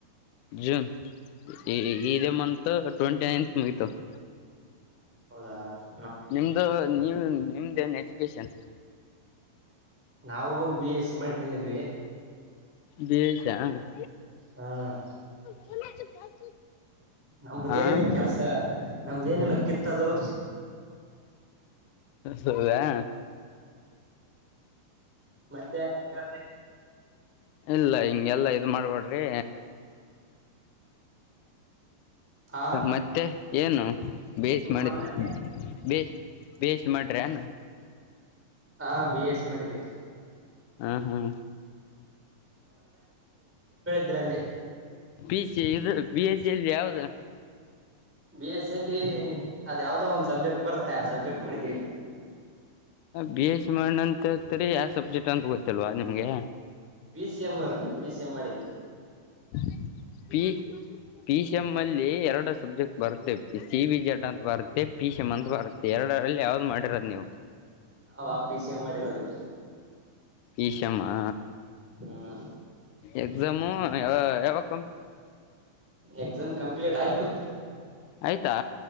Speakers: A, on the left; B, in the centre.
A: June. <unintelligible> ಈ, ಇದೇ, ಮಂತ್, ಟ್ವೆಂಟಿ ನೈನ್ತ್, ಮುಗಿತು. <inaudible>
B: ಹೌದಾ! <inaudible>
A: ನಿಮ್ದು, ನೀವು, ನಿಮ್ದ, ಏನ್, ಎಜುಕೇಶನ್? <inaudible>
B: ನಾವು, ಬಿ, ಎಸ್, ಸಿ. ಮಾಡ್ಕೊಂಡಿದ್ವಿ! <inaudible>
A: ಬಿ ಎಸ್, ಸಿ, ಯಾ? <inaudible>
B: ಹಾ.. <inaudible>
A: <inaudible>
B: ನಮುದ
A: ಆ
B: ಏನೆಲ್ಲ ಕೆಲ್ಸ ನಮ್ದ ಏನೆಲ್ಲ ಕಿತ್ತದು.
A: ಹೌದಾ.
B: ಮತ್ತೆ ಯ
A: ಇಲ್ಲ ಹಿಂಗೆಲ್ಲ ಇದ ಮಾಡ್ಬೇಡ್ರಿ.
B: ಆ
A: ಮತ್ತೆ ಏನು ಬೇಯಿಸಿ
B: ನಿಮ್
A: ಮಾಡಿದೆ
B: ಹೊಲ
A: ಬೇ. ಬೇಷ ಮಾಡ್ರಿನ್.
B: ಹಾ ಬಿ ಎಸ್ ಮಾಡಿದ್ದೇವಿ.
A: ಹಾ ಹಾಂ.
B: ಇದ್ರಂದೆ.
A: B, C. ಇದು, ಬಿ, ಎಸ್, ಸಿ. ಲ್ಲಿ, ಯಾವ್ದು? <inaudible> <unintelligible> <inaudible>
B: ಬಿ, ಎಸ್, ಅಲ್ಲಿ, ಅದು, ಯಾವ್ದೋ! ಒಂದ್ ಸಬ್ಜೆಕ್ಟ್, ಬರುತ್ತೆ, ಆ ಸಬ್ಜೆಕ್ಟ್ ಮಾಡಿದೀವಿ! <inaudible>
A: ಬಿ ಎಸ್ ಸಿ ಮಾಡನಂತತ್ರಿ ಯಾವ ಸಬ್ಜೆಕ್ಟ್ ಅಂತ ಗೊತ್ತಲ್ವಾ ನಿಮ್ಗೆ.
B: P C M P C M ಮಾಡನಿ
A: <inaudible> P. P C M ಅಲ್ಲಿ ಎರಡು ಸಬ್ಜೆಕ್ಟ್ ಬರುತ್ತೆ ಸಿ ವಿ ಜೆಡ್ ಅಂತ ಬರುತ್ತೆ ಪಿ ಸಿ ಎಂ ಅಂತ ಬರುತ್ತೆ. ಎಡ ಅಲ್ಲಿ ಯಾವ್ದ್ ಮಾಡಿರೋದು ನೀವು.
B: ನಾವ್ ಆ ಪೀ ಸಿ ಎಂ ಮಾಡಿರೋದು.
A: ಈಶಮ್ಮಾ.
B: ಹಾ.
A: ಎಕ್ಸಾಮ್ಯಾವಾಗ.
B: ಎಕ್ಸಾಮ್ ಕಂಪ್ಲಿಟ್ ಆಯ್ತು.
A: ಆಯ್ತಾ